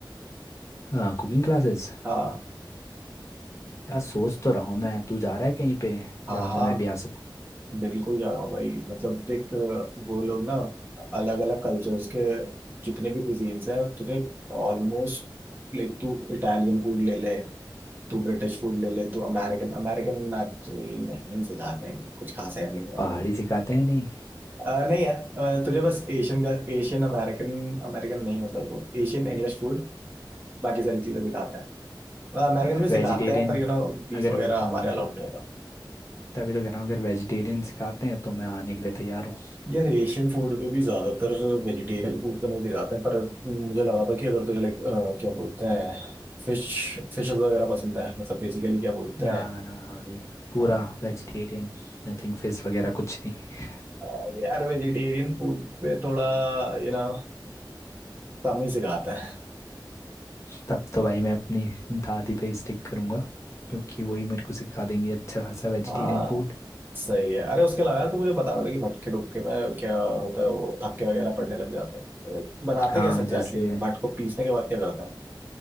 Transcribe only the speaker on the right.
हाँ
हाँ
हाँ
बिल्कुल जा रहा हूँ भाई मतलब देख वो लोग ना अलग अलग कल्चर्स के जितने भी कुजीन्स हैं तुझे ऑलमोस्ट लाइक तू इटालियन फूड ले ले तू ब्रिटिश फूड ले ले तू अमेरिकन अमेरिकन एक्चुअली नहीं नहीं सिखाते हैं कुछ खास है नहीं
और
अ, नहीं यार अ, तुझे बस एशियन का एशियन अमेरिकन अमेरिकन नहीं मतलब वो एशियन इंग्लिश फूड बाकी सारी चीजें सिखाते हैं अमेरिकन
भी सिखाते
हैं पर यू नो बीफ
वगैरह
हमारे अलाउड नहीं
यार एशियन फूड पे भी ज्यादातर वेजिटेरियन फूड तो नहीं दिखाते हैं पर मुझे लगा था कि अगर तुझे लाइक क्या बोलते हैं फिश फिशेस वगैरह पसंद है मतलब बेसिकली क्या बोलते
हैं
अ,
अ, यार वेजिटेरियन फूड पे थोड़ा यू नो कम ही सिखाते हैं
हाँ
सही है अरे उसके अलावा तो मुझे बता रहा था कि भटके डुबके में क्या होता है वो थक्के वगैरह पड़ने लग जाते हैं Like, बनाते
कैसे एग्जैक्टली
भट को पीसने के बाद क्या करता है